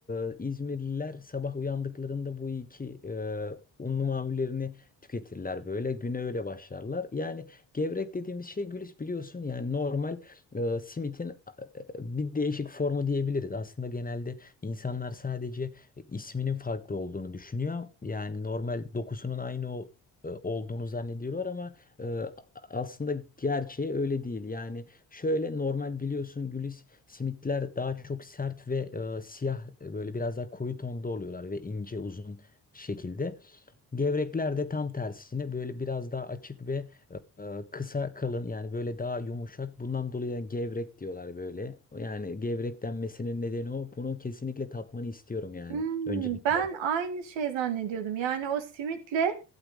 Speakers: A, on the left; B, on the right.
A: e, İzmirliler sabah uyandıklarında bu iki e, unlu mamullerini tüketirler böyle. Güne öyle başlarlar. Yani gevrek dediğimiz şey Gülis biliyorsun yani normal e, simitin e, bir değişik formu diyebiliriz. Aslında genelde insanlar sadece e, isminin farklı olduğunu düşünüyor. Yani normal dokusunun aynı o- e, olduğunu zannediyorlar ama e, aslında gerçeği öyle değil. Yani şöyle normal biliyorsun gülis simitler daha çok sert ve e, siyah e, böyle biraz daha koyu tonda oluyorlar ve ince uzun şekilde. Gevrekler de tam tersine böyle biraz daha açık ve e, e, kısa kalın yani böyle daha yumuşak. Bundan dolayı yani gevrek diyorlar böyle. Yani gevrek denmesinin nedeni o. Bunu kesinlikle tatmanı istiyorum yani
B: Hmm,
A: öncelikle.
B: ben aynı şey zannediyordum. Yani o simitle